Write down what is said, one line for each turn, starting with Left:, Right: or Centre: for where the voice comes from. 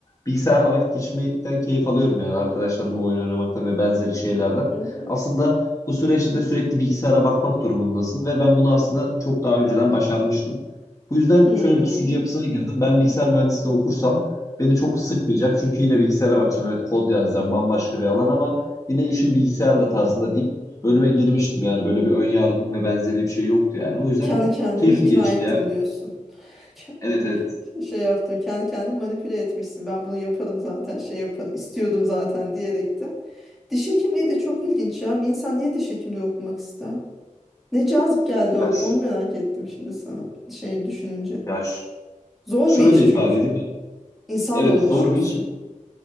Left: bilgisayarla vakit geçirmekten keyif alıyorum yani arkadaşlarımla oyun oynamaktan ve benzeri şeylerden.
Centre: hı.
Left: Aslında bu süreçte de sürekli bilgisayara bakmak durumundasın ve ben bunu aslında çok daha önceden başarmıştım. Bu yüzden
Centre: Hmm.
Left: şöyle bir düşünce yapısına girdim. Ben bilgisayar mühendisliği okursam beni çok sıkmayacak. Çünkü yine bilgisayara bakacağım. Evet kod yazacağım bambaşka bir alan ama yine işim bilgisayarla tarzında deyip bölüme girmiştim. Yani böyle bir ön yargım ve benzeri bir şey yoktu yani. O yüzden
Centre: Kendi kendimi
Left: keyifli
Centre: ikna
Left: geçti
Centre: ettim
Left: ya.
Centre: diyorsun. <laughs> Ke-
Left: Evet evet.
Centre: Şey yaptım. Kendi kendimi manipüle etmişsin. Ben bunu yaparım zaten. Şey yaparım. istiyordum zaten diyerekten. Diş hekimliği de çok ilginç ya. Bir insan niye diş hekimliği okumak ister? Ne cazip geldi o.
Left: Ya, ş-
Centre: Onu merak ettim şimdi sana. Şey düşününce.
Left: ya ş-
Centre: Zor
Left: şöyle
Centre: bir iş
Left: ifade
Centre: çünkü.
Left: edeyim.
Centre: İnsanla
Left: Evet
Centre: uğraşıyorsun.
Left: zor bir iş